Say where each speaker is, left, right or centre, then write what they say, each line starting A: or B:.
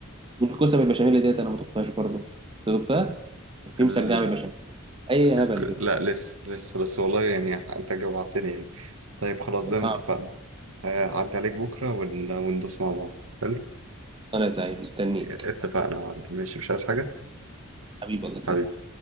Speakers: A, on the right; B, on the right.
A: والكوسه بالبشاميل ديت انا ما دقتهاش برضه أنت دقتها وفي
B: ال...
A: مسجعه بالبشاميل اي
B: الك-
A: هبل كده
B: لا لسه لسه بس والله يعني انت جوعتني يعني طيب خلاص زي
A: صعب
B: ما اتفقنا هعدي عليك بكرة ون... وندوس مع بعض حلو
A: انا زي مستنيك
B: اتفقنا يا معلم ماشي مش عايز حاجة
A: حبيبي والله
B: حبيبي